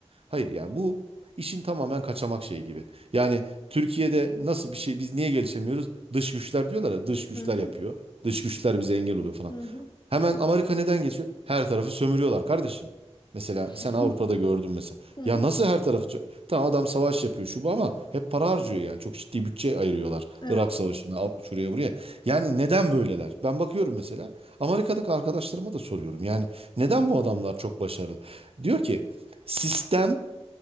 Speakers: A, on the right; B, on the left.
A: Hayır yani bu işin tamamen kaçamak şeyi gibi. Yani Türkiye'de nasıl bir şey biz niye gelişemiyoruz? Dış güçler diyorlar ya dış güçler
B: Hı hı.
A: yapıyor. Dış güçler bize engel oluyor falan.
B: Hı hı.
A: Hemen Amerika neden geçiyor? Her tarafı sömürüyorlar kardeşim. Mesela
B: <laughs>
A: sen Avrupa'da gördün mesela.
B: Hı hı.
A: Ya nasıl her tarafı? sö- Tamam adam savaş yapıyor şu bu ama hep para harcıyor yani. Çok ciddi bütçe ayırıyorlar.
B: Evet.
A: Irak Savaşı'na, al- şuraya buraya. Yani neden böyleler? Ben bakıyorum mesela. Amerika'daki arkadaşlarıma da soruyorum. Yani neden
B: Hı hı.
A: bu adamlar çok başarılı? Diyor ki sistem